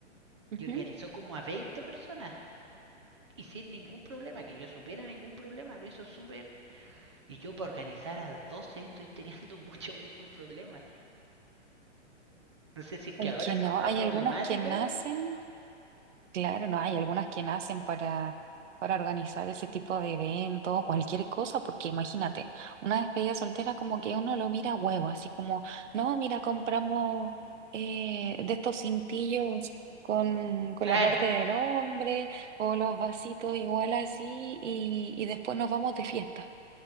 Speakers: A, on the right (about 75°); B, on the right (about 25°).
A: ujú.
B: y organizó como a 20 personas. Y sin ningún problema, que yo supiera ningún problema, lo hizo súper. Y yo para organizar a 12 estoy teniendo <laughs> mucho, mucho problemas. No sé si es
A: Es
B: que ahora
A: que
B: son
A: no,
B: más
A: hay
B: problemáticas
A: algunas que nacen Claro, no hay algunas que nacen para, para organizar ese tipo de eventos o cualquier cosa, porque imagínate, una despedida soltera como que uno lo mira a huevo, así como, no, mira, compramos eh, de estos cintillos con, con
B: Claro,
A: la parte del hombre o los vasitos igual así y, y después nos vamos de fiesta.